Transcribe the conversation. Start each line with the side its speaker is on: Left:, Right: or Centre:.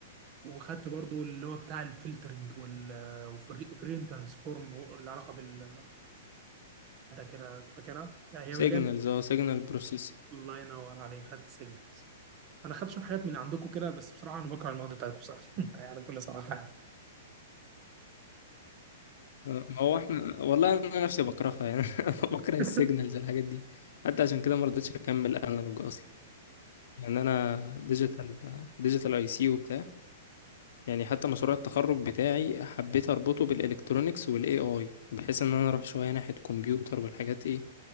Right: وخدت برضو اللي هو بتاع الفلترنج وال وفري ترانسفورم اللي علاقه بالماده كده أنت فاكرها؟ لا هي
Left: سيجنالز
Right: من جايه
Left: اه سيجنال بروسيس
Right: الله ينور عليك خدت السيجنالز فانا خدت شويه حاجات من عندكم كده بس بصراحه انا بكره المواد بتاعتكم صراحه <laughs> يعني بكل صراحه يعني
Left: آه، ما هو احنا والله انا نفسي بكرهها يعني <laughs> انا بكره السيجنالز
Right: <laughs>
Left: الحاجات دي حتى عشان كده ما رضيتش اكمل انالوج اصلا يعني انا ديجيتال ديجيتال اي سي وبتاع يعني حتى مشروع التخرج بتاعي حبيت اربطه بالالكترونيكس والاي اي بحيث ان انا اروح شويه ناحيه كمبيوتر والحاجات ايه